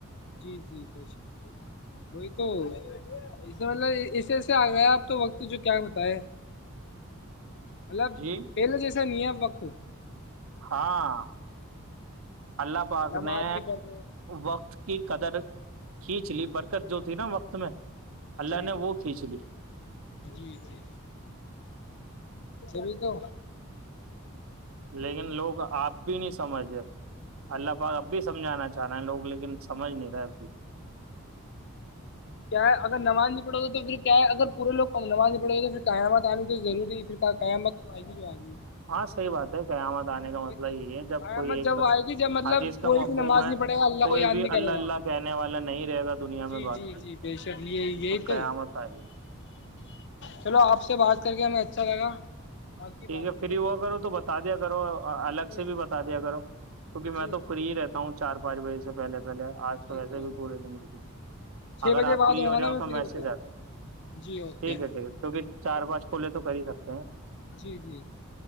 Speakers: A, on the left; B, on the right.
A: جی جی کشک وہی توے مطلب ایسے ایسے آ گیا آپ تو وقت جو کیا بتائے مطلب
B: جی
A: پہلے جیسے سا نہیں ہے فقت
B: ہاں اللہ پاک
A: نماز
B: نے
A: نہیں پڑھ رہے
B: وقت کی قدر کھینچ لی برکت جو تھی نا وقت میں اللہ
A: جی
B: نے وہ کھینچ لی
A: جی جی بھی کہ
B: لیکن لوگ آپ بھی نہیں سمجھ رہ اللہ پاک اب بھی سمجھانا رہے ہیں لوگ لیکن سمجھ نہیں رہے اب بھی
A: کیا ہے اگر نماز نہیں پڑھو گا تو پھر کیا اگر پورے لو کم نماز ن پڑے گے تو پھر قیامت آنی تو روری ہے پھر قیامت تو آئےی جو آئے گی
B: ہاں صحی بات ہے قیامت آنے کا
A: یہ
B: مسئلہ
A: تو
B: یہی ہے جب
A: قیامت
B: کوئی ایک
A: جب آئے گی جب مطلب
B: حادیث کا
A: کوئی
B: مفہوم
A: بھی نماز
B: ہے
A: نہیں پڑے گا اللہ
B: کوئی
A: کو یاد
B: بھی
A: نہیں کرے
B: اللہ
A: گا
B: اللہ کہنے والا نہیں رہے گا دنیا
A: جی
B: میں باقی
A: جی جی
B: تو
A: بے شک یہ یہی
B: قیامت
A: تو
B: آئے
A: چلو آپ سے بات کر کے ہمیں اچھا لگا آپ کی باتوں
B: ٹھیک ہے فری
A: سے
B: ہوا کرو تو بتا دیا کرو آپ الگ
A: جی
B: سے بھی بتا دیا کرو کیونکہ میں
A: جی
B: تو فری ہی رہتا وں چار پانچ بجے سے پہل پہے آج تو
A: جی
B: ویسے
A: جی
B: بھی پورے د مے
A: چھ
B: اگر
A: بجے
B: آپ
A: بعد
B: فری
A: ہوں
B: ہو
A: گا
B: جاؤ
A: نا میں
B: تو
A: فری
B: میسے
A: بتا
B: زد
A: دوں جی اوکے
B: ٹھیک ہے ٹھیک ہے کیکہ چار پانچ کولے تو کر ہی سکتے ہیں
A: جی جی